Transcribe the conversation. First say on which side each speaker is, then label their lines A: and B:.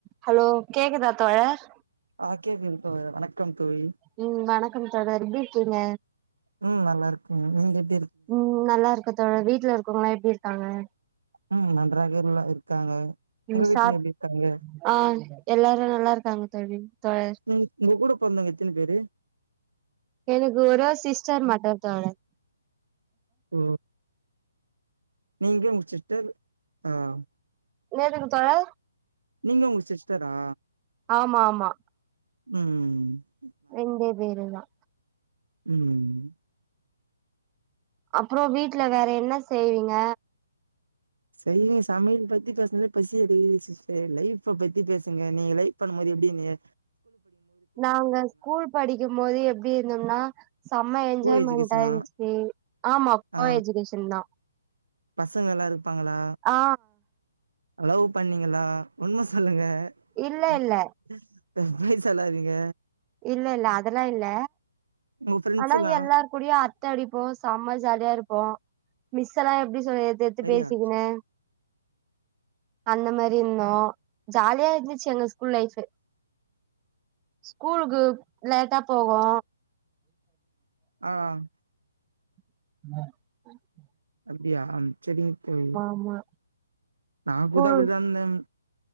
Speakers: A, on the right; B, on the right.
A: Hello கேக்குதா தோழர்
B: ஆ கேக்குது தோழ வணக்கம் தோழி
A: ம் வணக்கம் தோழர் எப்டி இருக்கீங்க
B: ம் நல்லாருக்கங்க நீங்கெப்
A: ம் நல்லா இருக்க தோழர் வீட்ல இருக்கவங்கள்ளா எப்டி இருக்காங்க
B: ம் நன்றாக எல்லா இருக்காங்க
A: ம்
B: உங்க வீட்ல
A: சாப்
B: எப்டி இருக்காங்க
A: ஆ எல்லாரு நல்லார் காங்க தோழி தோழர்
B: ம் உங்க கூட பொறந்தவங்க எத்தன பேரு
A: எனக்கு ஒரோ சிஸ்டர் மட்டுத் தோழர்
B: ஓ நீங்க உங்க சிட்டர் ஆஹ்
A: நேருக்கு தோழா
B: நீங்க உங்க சிஸ்டரா
A: ஆமா ஆமா
B: ம்ஹ்
A: ரெண்டே பேறுதா
B: ம்
A: அப்பறோ வீட்ல வேற என்ன செய்வீங்க
B: சரி சமையல் பத்தி பேசனது பசி எடுக்குது சிஸ்டர் லைஃப் அ பத்தி பேசுங்க நீங்க லைப் பண்ணும்போது எப்டி இந்திங்க
A: நாங்க ஸ்கூல் படிக்கும்போது எப்டி இருந்தோம்னா செம்ம என்ஜாய்மெண்டாயிருந்துச்சு
B: கோ எஜுகேஷனா
A: ஆமா கோ
B: ஆ
A: எஜகேஷன் தான்
B: பசங்க லா இருப்பாங்களா
A: ஆ
B: லவ் பண்ணீங்களா உண்ம சொல்லுங்க
A: இல்ல
B: ஹ
A: இல்ல
B: பொய் சொல்லாதீங்க
A: இல்ல இல்ல அதெல்லா இல்ல
B: உங்க ஃப்ரெண்ட்ஸ்
A: ஆனா
B: எல்லா
A: எல்லார் கூடையு அரட்ட அடிபோம் சம ஜாலியா இருப்போம் மிஸ் எல்லா எப்டி ஏத்து ஏத்து
B: சரியா
A: பேசிகினு அந்த மாரி இருந்தோ ஜாலியா இருந்துச்சு எங்க ஸ் கூல் லைஃப் கூலுக்கு லேட்டா போவோ
B: ஆஹ்
A: உம்
B: அப்டியா செரி முத்து
A: ஆமா
B: நா
A: ஸ்கூல்
B: கூத அப்டிதா இருந்தன்